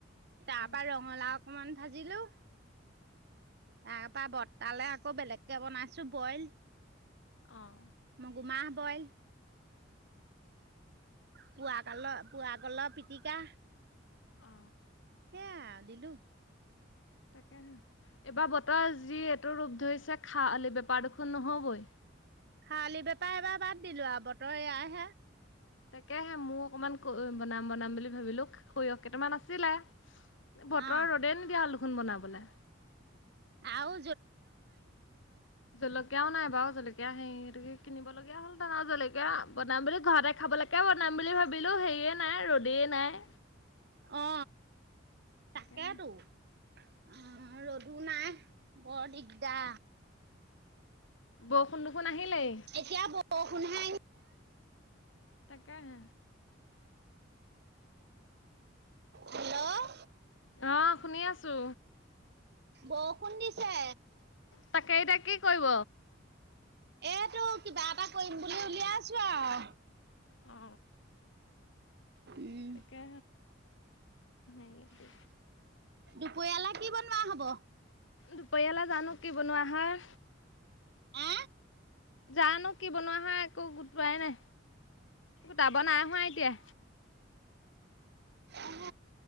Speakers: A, on the right (about 60°); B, on the left (about 80°).
A: তাপা
B: অঁ
A: ৰঙালাও অকনমান ভাজিলো তাপা বত তালে আকৌ বেলেগকে বনাইছো বইল
B: অঁ
A: মগুমাহ বইল। পোৱা কাল পোৱা কল পিটিকা।
B: অ।
A: সেইয়া দিলু।
B: <unintelligible> তাকে ন এইবাৰ বতৰ যি এইটো ৰূপ ধৰিছে খি বেপাৰ দুখোন নহবই
A: খালি বেপাৰ এবাৰ বাদ দিলো আৰু বতৰ এয়াই হে।
B: তাকেহে মোৰ অকনমান বনাম বনাম বুলি ভাবিলো সৰিয়হ কেইটামান আছিলে। বতৰ
A: অ
B: ৰ'দে নিদিয়া হলদেখনু বনাবলে
A: আও।
B: জলকীয়াও নাই বাৰু জলকীয়া সেই গতিকে কিনিব লগগীয়া হ'ল দানা জলকীয়া বনাম বুলি ঘৰতে খাবলৈকে বনাম বুলি ভাবিলো সেয়ে। নাই ৰ'দে নাই।
A: অ তাকেতো
B: তাকে।
A: অ ৰ'দো নাই বৰ দিগদা
B: বৰষুণ দুখুন আহিলেই।
A: এতিয়া বৰষুণহে
B: তাকেহে
A: হেল্ল'
B: অ শুনি আছো
A: বৰষুণ দিছে
B: তাকে এতিয়া কি কৰিব
A: এ তো কিবা এটা কৰিম বুলি উলিয়াইছো আও।
B: অ।
A: উম
B: তাকে সেই এইটো
A: দুপৰীয়ালে কি বনোৱা হব?
B: দুপৰীয়ালে জানো কি বনোৱা হয়?
A: অ।
B: যানো কি বনোৱা হয়। কো গোটোৱাই নাই, গোটাব নাই হোৱা এতিয়া।
A: অহ